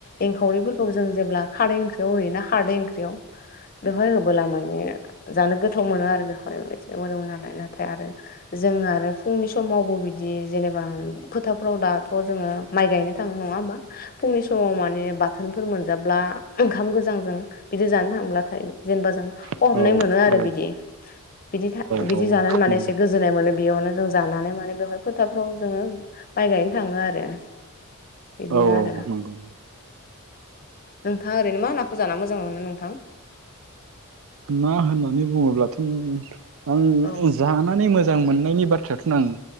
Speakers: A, on the left (about 40°); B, on the right (about 60°).
A: एंखावरिफोरखौ जों जेब्ला खारै होनाना खारै ओंख्रियाव बेवहाय होबोला माने जानो गोथाव गोथाव मोनो आरो बेखौहाय बिदि मोदोमो नालाय नाथाय आरो जों आरो फुंनि समावबो बिदि जेनेबा एबा फोथारफोराव दाथ' जोंङो माइ गायनो थांङो नंङा होमबा फुंनि समाव माने बाथोनफोर मोनजाब्ला ओंखाम गोजांजों बिदि जानो थांब्लाथाय जेनेबा जों खहाबनाय
B: औ
A: मोनो आरो बिदि बिदि था बिदि
B: औ औ
A: जानानै माने
B: नंगौ
A: एसे गोजोननाय मोनो। बेयावनो जों जानानै माने बेवहाय फोथारफ्राव जोङो माइ गायनो थांङो आरो बिदिनो
B: औ औ
A: आरो
B: नंगौ।
A: नोंथाङा ओरैनो मा नाखौ जानो मोजां मोनो नोंथां?
B: ना होननानै बुंङोब्लाथ' आं
A: औ
B: जानानै मोजां मोजां मोननायनि बाथ्राथ' आं